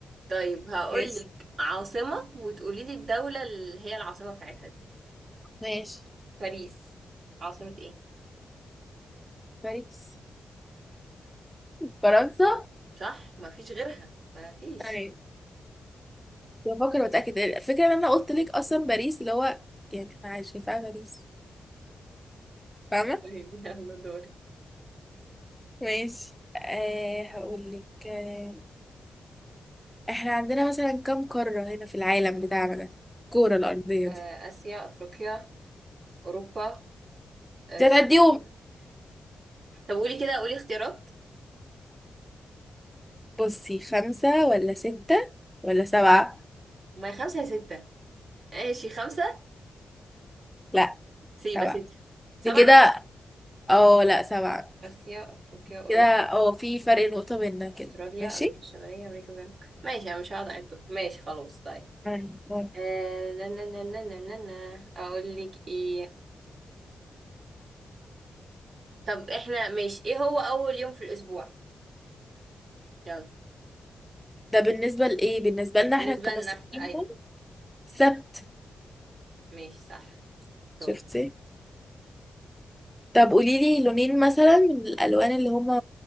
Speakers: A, on the right; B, in the centre.
A: طيب هقولك
B: ماشي
A: عاصمة وتقولي لي الدولة اللي هي العاصمة بتاعتها دي
B: ماشي
A: باريس عاصمة ايه
B: باريس فرنسا
A: صح ما فيش غيرها ما فيش
B: تمام بفكر واتاكد الفكره ان انا قلت لك اصلا باريس اللي هو يعني كان عايش شايفاها باريس فاهمه
A: طيب يلا دورك
B: ماشي أه هقول لك أه احنا عندنا مثلا كم قاره هنا في العالم بتاعنا ده الكوره الارضيه
A: آه،
B: دي
A: آسيا أفريقيا أوروبا آه،
B: تتعديهم
A: استراليا طب قولي كده قولي اختيارات
B: بصي خمسه ولا سته ولا سبعه
A: ما هي خمسة يا ستة ماشي خمسة
B: لا
A: سيبة
B: سبعه
A: ستة سبعة
B: دي كده اه لا سبعه
A: آسيا أفريقيا أوروبا
B: كده اه في فرق نقطة بيننا كده
A: أستراليا
B: ماشي
A: أمريكا الشمالية أمريكا الجنوبية ماشي أنا مش هقعد أعدهم ماشي خلاص طيب
B: أيوة.
A: آه لا لا لا لا لا لا لا. أقول لك إيه طب إحنا ماشي إيه هو أول يوم في الأسبوع يلا
B: ده بالنسبة لإيه بالنسبة لنا احنا
A: بالنسبة
B: كمصريين
A: لنا إحنا أيوه
B: هم سبت
A: ماشي صح برافو
B: شفتي طب قولي لي لونين مثلا من الألوان اللي هما